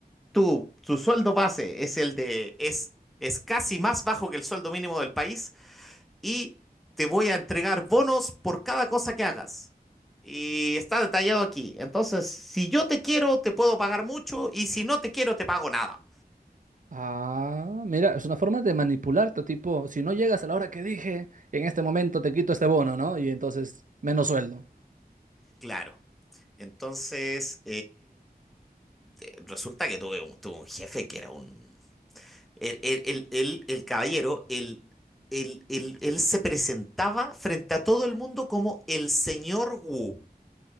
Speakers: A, in the centre; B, on the right.
A: tu, tu sueldo base es el de, es, es casi más bajo que el sueldo mínimo del país y te voy a entregar bonos por cada cosa que hagas. Y está detallado aquí. Entonces, si yo te quiero, te puedo pagar mucho y si no te quiero, te pago nada.
B: Ah, mira, es una forma de manipularte, tipo, si no llegas a la hora que dije, en este momento te quito este bono, ¿no? Y entonces, menos sueldo.
A: Claro. Entonces, eh, resulta que tuve un, tuve un jefe que era un... El, el- el- el- el caballero, el, el- el- él se presentaba frente a todo el mundo como el señor Wu.